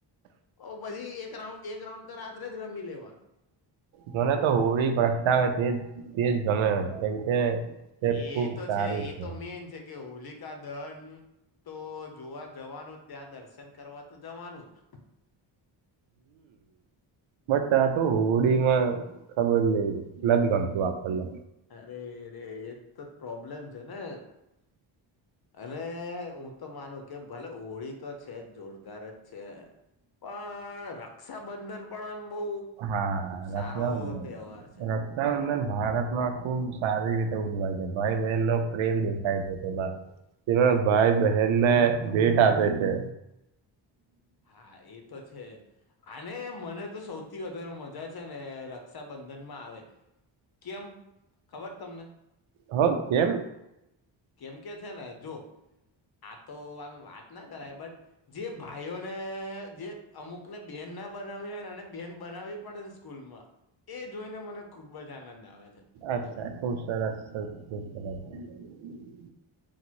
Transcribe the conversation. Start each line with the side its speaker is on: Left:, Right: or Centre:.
Left: ઓ બધી એક રાઉન્ડ-એક રાઉન્ડ તો રાત્રે જ રમી લેવાનો.
Right: મને
Left: હોળીનો.
Right: તો હોળી પ્રગટાવે તેજ તેજ ગમે, કેમકે તે
Left: એ
Right: ખુબ
Left: તો
Right: સારું
Left: એ
Right: છે.
Left: તો મેન છે કે હોલિકા દહન તો જોવા જવાનું ત્યાં દર્શન કરવા તો જવાનું જ.
Right: તાં તો હોડી માં ખબર નહીં, નથ ગમતું આપણને.
Left: અરે રે, એજ તો જ પ્રોબ્લેમ છે ને. અને હું તો માનું કે ભલે હોળી તો છે જોરદાર જ છે પણ રક્ષાબંધન પણ એમ બહુ
Right: હા
Left: સારો
Right: રક્ષાબંધન.
Left: તહેવાર છે.
Right: રક્ષાબંધન ભારતમાં ખુબ સારી રીતે ઉજવાય છે. ભાઈ બહેનનો પ્રેમ દેખાય છે તેમાં. જેમાં ભાઈ બહેનને ભેટ આપે છે.
Left: હા એ તો છે. અને મને તો સૌથ થી વધારે મજા છે ને રક્ષાબંધનમાં આવે. કેમ? ખબર છ તમને?
Right: હા કેમ?
Left: કેમ કે છે ને જો આ તો આમ વાતના કરાય, બટ જે ભાઈઓને જે અમુકને બેન ના બનાવી હોય, એને બહેન બનાવી પડે ને સ્કૂલમાં એ જોઈને મને ખૂબ જ આનંદ આવે છે
Right: અચ્છા
Left: જો
Right: ખૂબ સરસ ખૂબ સરસ <inaudible>